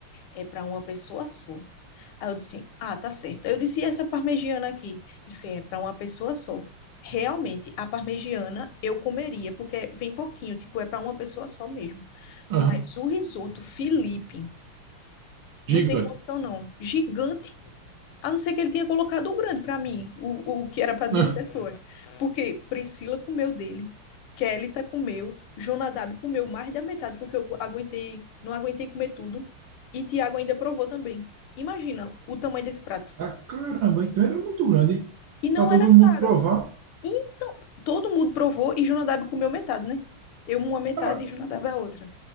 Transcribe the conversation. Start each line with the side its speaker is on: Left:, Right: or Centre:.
Left: é para uma pessoa só. Aí eu disse, ah, tá certo. Eu disse, e essa parmegiana aqui? Ele fez, é para uma pessoa só. Realmente, a parmegiana eu comeria, porque vem pouquinho, tipo, é para uma pessoa só mesmo.
Right: Aham,
Left: Mas o risoto, Felipe,
Right: gigante.
Left: não tem condição não. Gigante a não ser que ele tenha colocado o grande para mim, o, o que era para duas
Right: Ah,
Left: pessoas. Porque Priscila comeu dele, Kelly tá comeu, Jonadab comeu mais da metade, porque eu aguentei, não aguentei comer tudo. E Tiago ainda provou também. Imagina o tamanho desse prato.
Right: ah, caramba, então era muito grande
Left: E não
Right: para todo
Left: era caro.
Right: mundo provar.
Left: Então, todo mundo provou e Jonadab comeu metade, né? Eu uma metade
Right: Agora,
Left: e Jonadab a outra.